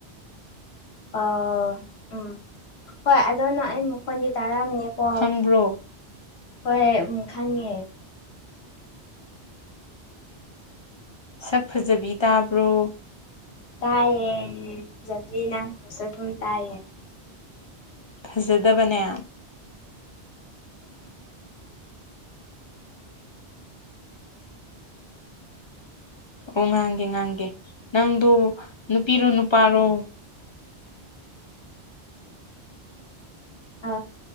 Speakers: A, on the left (about 65°); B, on the left (about 40°).
A: ꯑ ꯎꯝ ꯍꯣꯏ ꯑꯗꯣ ꯅ ꯑꯩ ꯃꯈꯣꯟꯗꯤ ꯇꯥꯔꯛꯑꯝꯅꯦꯀꯣ
B: ꯈꯪꯕ꯭ꯔꯣ
A: ꯍꯣꯏ ꯎ ꯈꯪꯉꯦ
B: ꯁꯛ ꯐꯖꯕꯤ ꯇꯥꯕ꯭ꯔꯣ
A: ꯇꯥꯏꯌꯦ ꯔꯤ ꯅꯪ ꯁꯠ ꯇꯥꯏꯌꯦ
B: ꯐꯖꯗꯕꯅꯦ ꯑꯣ ꯉꯥꯡꯒꯦ ꯉꯥꯡꯒꯦ ꯅꯪꯗꯣ ꯅꯨꯄꯤꯔꯣ ꯅꯨꯄꯥꯔꯣ
A: ꯑ